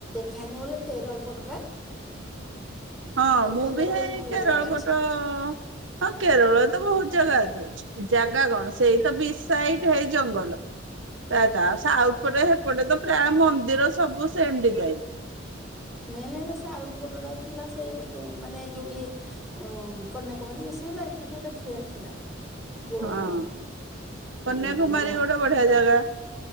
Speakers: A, in the centre; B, on the right.
A: ଖାଇନ ବଲେ କେ ରଲ ପଟା।
B: ହଁ ମୁଁ
A: କେରଳରେ
B: ବି ସେଇ
A: ବହୁତ ଭଲ
B: କେରଳ
A: ଭଲ ଜାଗା ଅଛି।
B: ପଟ ହଁ କେରଳରେ ତ ବହୁତ ଜାଗା ଅଛି। ଜାଗା କଣ ସେଇ ତ ବିଚ୍ ସାଇଟ ହେଇ ଜଙ୍ଗଲ। ପ୍ରାୟ ସାଉପଟେ ସେପଟେ ତ ପ୍ରାୟ ମନ୍ଦିର ସବୁ ସେମ ଡିଜାଇନ।
A: ମେନ୍ ହେଲା ସେ ସାଉଥ୍ ପଟଟା ଥିଲା ସେଇ ତ ମାନେ ଯୋଉ ଇଏ ଅ କନ୍ୟାକୁମାରି ମ ଗୋଟେ <unintelligible> ଥିଲା ଯୋଉ
B: ହଁ କନ୍ୟାକୁମାରୀ
A: ଉ ଆମର
B: ଗୋଟେ ବଢିଆ ଜାଗା